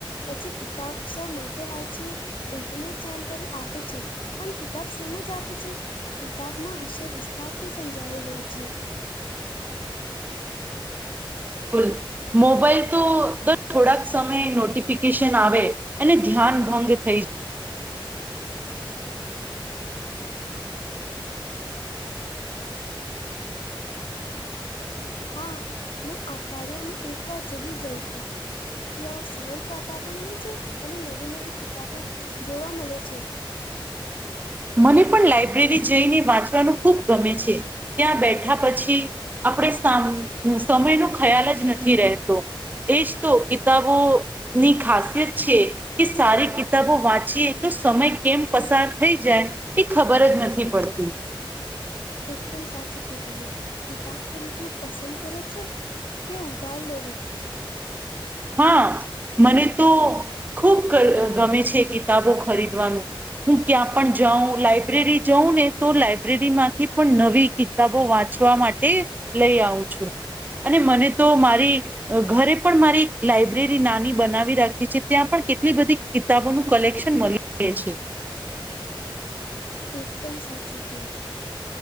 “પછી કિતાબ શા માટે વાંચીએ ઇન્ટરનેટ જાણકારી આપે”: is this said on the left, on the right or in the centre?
Left